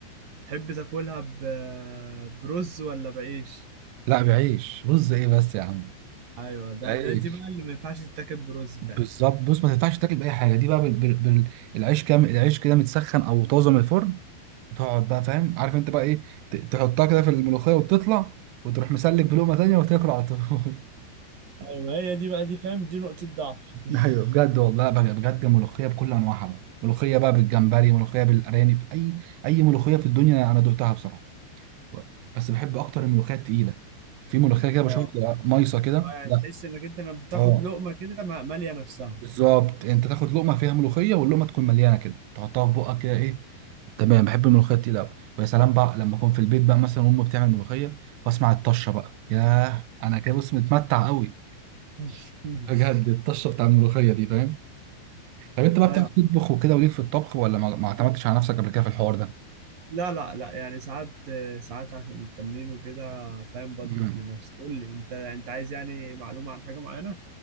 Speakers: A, on the right (about 45°); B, on the right (about 80°).
A: تحب تاكلها ب... برز ولا بعيش
B: لا بعيش رز ايه بس يا عم
A: ايوه ده
B: بعيش
A: ده دي بقى اللي ما ينفعش تتاكل برز
B: بالظبط
A: فعلا
B: بص ما تنفعش تاكل باي حاجه دي بقى بال... بال... بال... العيش كام العيش كده متسخن او طازه من الفرن تقعد بقى فاهم عارف انت بقى ايه ت... تحطها كده في الملوخيه وتطلع وتروح مسلك بلقمه تانيه وتاكل على طول <laughs>
A: ايوه هي دي بقى دي فاهم دي نقطه ضعفي <laughs>
B: ايوه بجد والله بقى بجد ملوخيه بكل انواعها بقى ملوخيه بقى بالجمبري ملوخيه بالارانب اي اي ملوخيه في الدنيا انا دقتها بصراحه بس بحب اكتر الملوخيه التقيله في ملوخيه كده بشوفها
A: اه
B: بتبقى مايصه كده
A: اه يعني
B: لا
A: تحس انك انت لما بتاخد
B: اه
A: لقمه كده ما- ماليه نفسها
B: بالظبط انت تاخد لقمه فيها ملوخيه واللقمه تكون مليانه كده تحطها في بقك كده ايه تمام بحب الملوخيه التقيله قوي ويا سلام بقى لما اكون في البيت بقى مثلا وامي بتعمل ملوخيه واسمع الطشه بقى ياه انا كده بص متمتع قوي
A: <laughs>
B: بجد الطشه بتاع الملوخيه دي فاهم طب انت بقى
A: ايوه
B: بتعرف تطبخ وكده وليك في الطبخ ولا ما ما اعتمدتش على نفسك قبل كده في الحوار ده
A: لا لا لا يعني ساعات ساعات عشان التمرين وكده فاهم بطبخ
B: مم.
A: لنفسي قول لي انت انت عايز يعني معلومه عن حاجه معينه